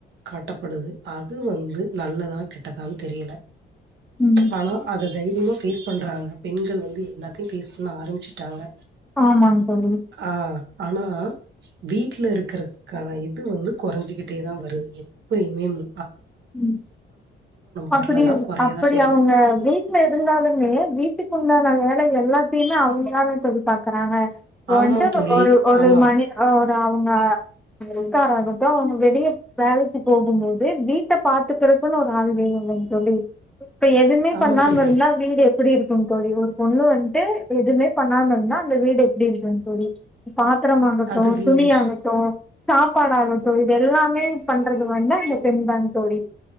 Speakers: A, on the right; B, in the centre.
A: காட்டப்படுது அது வந்து நல்லதா கெட்டதான் தெரியில
B: ம்
A: ஆனா அத தைரியமா ஃபேஸ் பண்றாங்க பெண்கள் வந்து எல்லாத்தயு ஃபேஸ் பண்ண ஆரம்பிச்சிட்டாங்க
B: ஆமாங்க தோழி
A: ஆ ஆனா வீட்ல இருக்கறக்கான இது வந்து கொறஞ்சுக்கிட்டே தா வருது எப்பயுமேமு
B: ம்
A: வரலன்னா
B: அப்படியு
A: கொறையதான்
B: அப்படி
A: செய்யுது.
B: அவங்க வீட்ல இருந்தாலுமே வீட்டுக்குண்டான வேல எல்லாத்தயுமே அவங் தான தோழி பாக்கறாங்க ப்போ
A: ஆமா
B: வந்ட்டு
A: தோழி.
B: ஒரு ஒரு
A: ஆமா.
B: மணி அ அவங்க ருக்காராகட்டு அவங்க வெளிய வேலைக்கு போகும்போது வீட்ட பாத்துக்கறக்குனு ஒரு ஆளு வேணு இல்லைங்க தோழி இப்ப எதுவுமே
A: ஆமா
B: பண்ணாம
A: தோழி.
B: இருந்தா வீடு எப்டி இருக்குங் தோழி ஒரு பொண்ணு வந்ட்டு எதுமே பண்ணாம இர்ந்தா அந்த வீடு எப்டி இருக்கு தோழி பாத்தரம் ஆகட்டு,
A: அது வேணு.
B: துணி ஆகட்டு சாப்பாடு ஆகட்டு இது எல்லாமே பண்றது வந்து அந்த பெண் தாங் தோழி